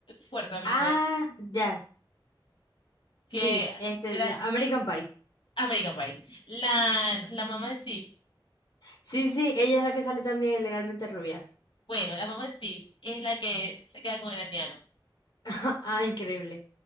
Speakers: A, on the left; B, on the left.
A: fuerte la película,
B: Ah, ya. Sí,
A: que
B: este,
A: era
B: American Pie.
A: American Pie. La, la mamá de Steve
B: Sí, sí, ella es la que sale también en Legalmente Rubia.
A: Bueno, la mamá de Steve es la que se queda con el aldeano.
B: <laughs> Ah, increíble.